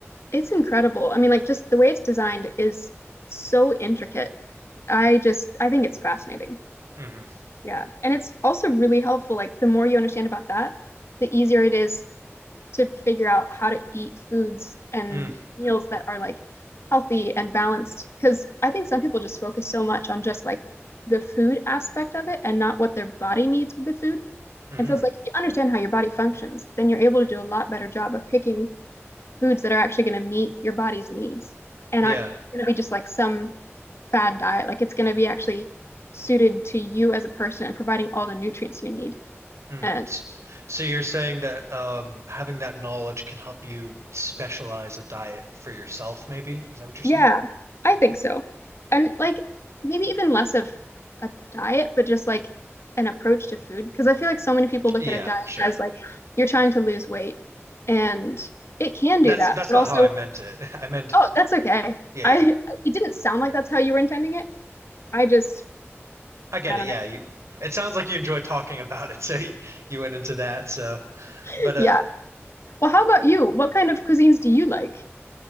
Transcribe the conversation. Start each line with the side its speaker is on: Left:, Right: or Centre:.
Left: it's incredible. I mean, like just the way it's designed is so intricate. I just I think it's fascinating.
Right: hmm
Left: Yeah. And it's also really helpful. Like the more you understand about that, the easier it is to figure out how to eat foods and
Right: Mm,
Left: meals that are like healthy and balanced. Because I think some people just focus so much on just like the food aspect of it and not what their body needs with the food.
Right: mm.
Left: And so it's like if you understand how your body functions, then you're able to do a lot better job of picking foods that are actually going to meet your body's needs and
Right: Yeah.
Left: aren't going to be just like some fad diet. Like it's going to be actually suited to you as a person and providing all the nutrients you need.
Right: Mm.
Left: And
Right: S- So you're saying that um, having that knowledge can help you specialize a diet for yourself, maybe? Is that what you're
Left: Yeah,
Right: saying?
Left: I think so. And like maybe even less of a diet, but just like an approach to food. Because I feel like so many people look
Right: Yeah,
Left: at a diet
Right: sure.
Left: as like you're trying to lose weight and it can
Right: That's
Left: do that.
Right: that's
Left: But
Right: not
Left: also,
Right: how I meant it. <laughs> I meant,
Left: oh, that's okay.
Right: yeah,
Left: I
Right: yeah.
Left: it didn't sound like that's how you were intending it. I just
Right: I get
Left: I
Right: it.
Left: don't
Right: Yeah,
Left: know.
Right: you. It sounds like you enjoy talking about it, <laughs> so you, you went into that. So,
Left: <laughs>
Right: but uh,
Left: Yeah. Well, how about you? What kind of cuisines do you like?